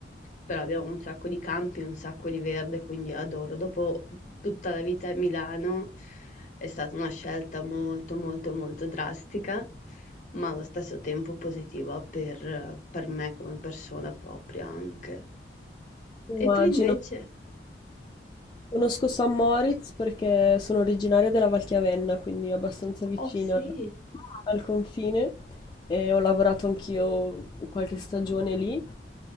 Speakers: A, on the left; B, on the left.
A: però abbiamo un sacco di campi, un sacco di verde, quindi adoro. Dopo tutta la vita a Milano è stata una scelta molto molto molto drastica, ma allo stesso tempo positiva per, per me come persona propria anche.
B: Immagino.
A: E tu invece?
B: Conosco San Moritz perché sono originaria della Valchiavenna, quindi abbastanza vicina
A: Oh sì,
B: al confine e ho lavorato anch'io qualche stagione lì